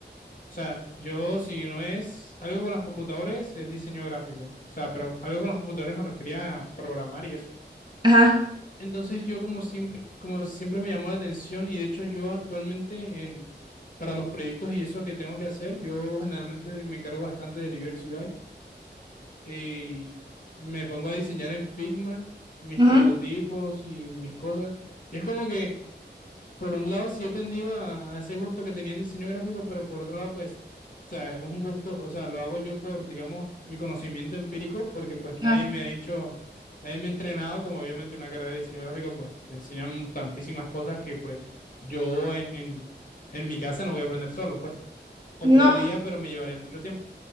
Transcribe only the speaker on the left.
o sea, yo si no es algo con los computadores, es diseño gráfico. O sea, pero algo con los computadores me refería a programar y eso.
Entonces yo como siempre, como siempre me llamó la atención y de hecho yo actualmente en, para los proyectos y eso que tengo que hacer, yo generalmente me encargo bastante del UX UI y me pongo a diseñar en Figma mis
prototipos y mis cosas. Y es como que por un lado sí he tendido a, a ese gusto que tenía en diseño gráfico, pero por otro lado, pues, o sea, es un gusto, o sea, lo hago yo por, digamos, mi conocimiento empírico, porque pues nadie
me ha dicho, nadie me ha entrenado, como obviamente una carrera de diseño gráfico, pues te enseñan tantísimas cosas que pues yo en, en, en mi casa no voy a aprender solo, pues, o podría,
pero me llevaría mucho tiempo,